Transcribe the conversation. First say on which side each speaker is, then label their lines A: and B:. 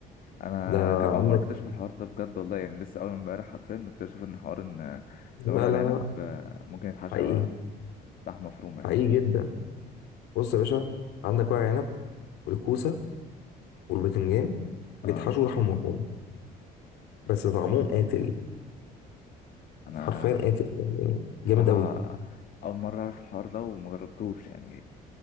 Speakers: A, on the left; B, on the left.
A: انا
B: ده
A: كان اول
B: عندك
A: مره اكتشف الحوار ده بجد والله يعني لسه اول امبارح حرفيا مكتشف ان حوار ان
B: لا
A: الورق العنب
B: لا لا،
A: آه، ممكن يتحشى
B: حقيقي
A: لحمه مفرومه يعني
B: حقيقي جدا بص يا باشا عندك ورق عنب والكوسه والبتنجان بيتحشوا
A: اه
B: لحم مفروم بس طعمهم قاتل
A: انا
B: حرفيا قاتل يعني جامد
A: بصراحه
B: قوي
A: اول مره اعرف الحوار ده وما جربتوش يعني